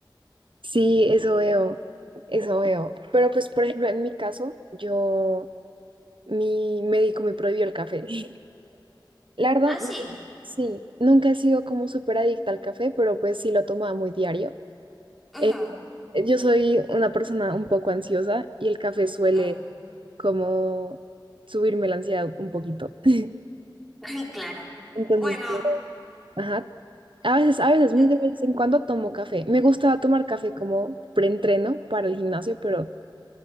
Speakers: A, on the right; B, in the centre.
A: Sí, eso veo, eso veo. Pero pues, por ejemplo, en mi caso, yo, mi médico me prohibió el café. <laughs> La verdad,
B: Ah, sí.
A: no- sí, nunca he sido como súper adicta al café, pero pues sí lo tomaba muy diario.
B: Ujú,
A: Eh, eh, yo soy una persona un poco ansiosa y el café suele
B: ujú.
A: como subirme la ansiedad un poquito. <laughs>
B: <laughs> Claro.
A: Entonces,
B: Bueno,
A: ajá, a veces, a veces, muy
B: n-
A: de vez en cuando tomo café. Me gustaba tomar café como preentreno para el gimnasio, pero